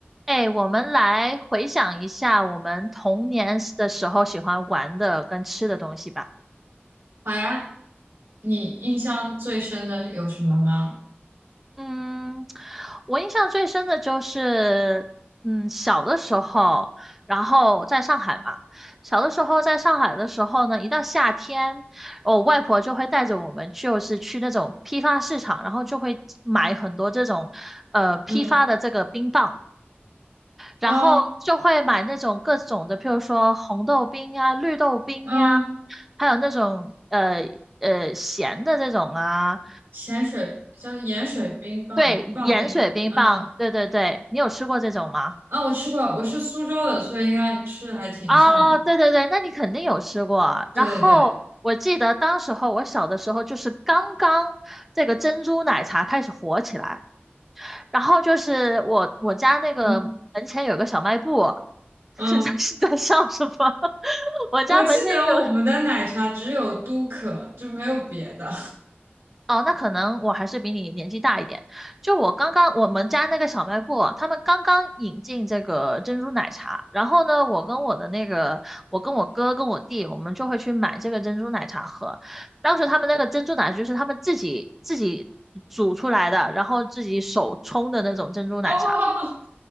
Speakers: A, in the centre; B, on the right (about 85°).
A: 哎，我们来回想一下我们童年的时候喜欢玩的跟吃的东西吧。
B: 好呀，你印象最深的有什么吗？
A: 嗯，我印象最深的就是，嗯，小的时候，然后在上海嘛，小的时候在上海的时候呢，一到夏天，我外婆就会带着我们，就是去那种批发市场，然后就会买很多这种，呃，批发的这个冰棒，
B: 嗯，
A: 然后就会买那种各种的，
B: 哦，
A: 譬如说红豆冰啊、绿豆冰啊。
B: 嗯，
A: 还有那种呃呃咸的这种啊，
B: 咸水叫盐水冰棒棒冰，
A: 对，盐水冰棒，
B: 嗯嗯，
A: 对对对，你有吃过这种吗？
B: 啊，我吃过，我是苏州的，所以应该吃的还挺像的。
A: 哦，对对对，那你肯定有吃过啊。然后我记得当时候我小的时候，
B: 对对对，
A: 就是刚刚这个珍珠奶茶开始火起来，然后就是我我家那个门前有个小卖部，
B: 嗯
A: <laughs> 是在是在笑什么？
B: <laughs> 嗯，
A: <laughs> 我家门前有
B: 我记得我们的奶茶只有都可，就没有别的。
A: 哦，那可能我还是比你年纪大一点。就我刚刚我们家那个小卖部，他们刚刚引进这个珍珠奶茶，然后呢，我跟我的那个，我跟我哥跟我弟，我们就会去买这个珍珠奶茶喝。当时他们那个珍珠奶茶就是他们自己自己煮出来的，然后自己手冲的那种珍珠奶茶，
B: <laughs> 哦，